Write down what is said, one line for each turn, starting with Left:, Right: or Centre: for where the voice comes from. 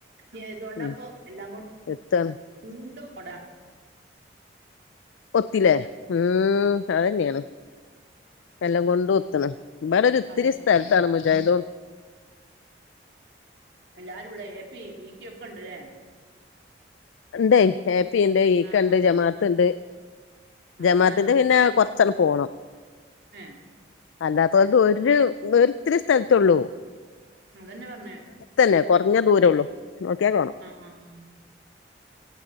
Right: നഏതുകൊണ്ടാപ്പ
Left: ഉം
Right: എല്ലാംകണ്ട്
Left: എത്താണ്
Right: ഉണ്ടും കൊട
Left: ഒത്തില്ലേ ഉം അത തന്നെയാണ് എല്ലാം കൊണ്ട് ഒത്തണ് ഇവടെ ഒരു ഇത്തിരി
Right: അതന്നെ
Left: സ്ഥലത്താണ് മുജാദോ
Right: ല്ലാരുംള്ള എ പി ഇ കി ഒക്കെ ഉണ്ട്ല്ലേ
Left: ഉണ്ട് ഹപ്പി ഉണ്ട് ഈക്ക
Right: ആ
Left: ഉണ്ട്
Right: ആ
Left: ജമാഅത്ത്
Right: ഉം
Left: ഉണ്ട്
Right: അതന്നെ
Left: ജമാഅത്തിന്റെ പിന്നെ കൊറ ചല പോകണം
Right: ആഹ്
Left: അല്ലാത്ത കൊണ്ട് ഒരുരിത്തിരി സ്ഥലത്തള്ളൂ
Right: അതന്നെ പറഞ്ഞേ
Left: തന്നെ കുറഞ്ഞ ദൂരേ ഉള്ളൂ നോക്കിയാൽ കാണാം
Right: ഉം ഉം ഉം